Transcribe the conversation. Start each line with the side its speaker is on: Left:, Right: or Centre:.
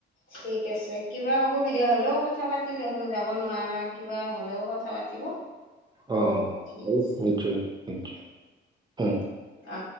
Left: ঠিক আছে কিবা অসুবিধা হ'লেও কথা পাতিলে হ'ল যাব নোৱাৰা কিবা হ'লেও কথা পাতিব
Right: অ অ
Left: ঠিক
Right: হব
Left: আছে
Right: নিশ্চয় নিশ্চয় অ
Left: অ